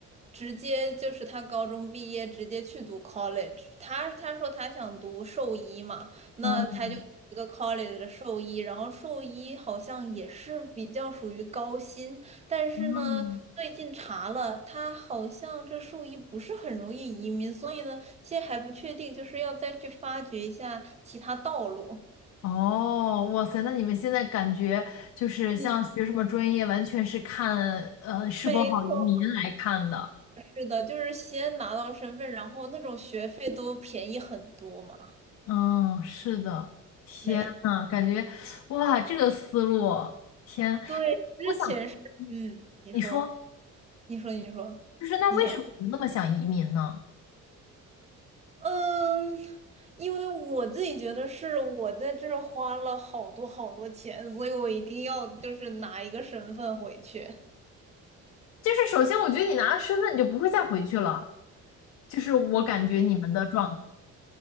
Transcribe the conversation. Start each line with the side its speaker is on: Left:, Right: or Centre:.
Right: 直接就是他高中毕业直接去读 college。他他说他想读兽医嘛，那他就读一个
Left: 嗯，
Right: college 的兽医，然后兽医好像也是比较属于高薪，但是呢，
Left: 嗯，
Right: 最近查了，他好像这兽医不是很容易移民，所以呢。现在还不确定，就是要再去发掘一下其他道路。
Left: 哦，哇塞，那你们现在感觉就是像学什么专业，
Right: 嗯，
Left: 完全是看呃是否好移民来看的。
Right: 没错，是的，就是先拿到身份，然后那种学费都便宜很多嘛。
Left: 嗯，是的，天呐，
Right: 没，
Left: 感觉哇，这个思路，天，哎，
Right: 对，之前是，
Left: 我想，嗯
Right: 嗯，你说，
Left: 你说，
Right: 你说，你说，
Left: 就是那为什么你们那么想移民呢？
Right: 你想，嗯，因为我自己觉得是我在这儿花了好多好多钱，所以我一定要就是拿一个身份回去。
Left: 就是首先，我觉得你拿了身份，你就不会再回去了，就是我感觉你们的状态。